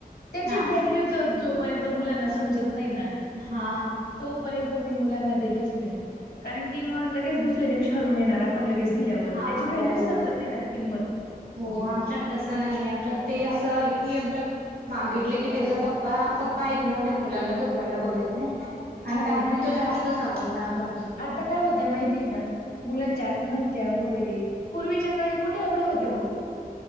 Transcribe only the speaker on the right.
हा
हा.
हा
हो
हो,
आमच्यात तसं नाही, आमच्यात ते असं आहे की, आमच्यात मागितलं की, त्याचं पप्पा, पप्पा आहेत ना ते मुलांना दुखवायला बघत नाहीत. आणि
त्यामुळे तो जास्तच
आगावपणा कर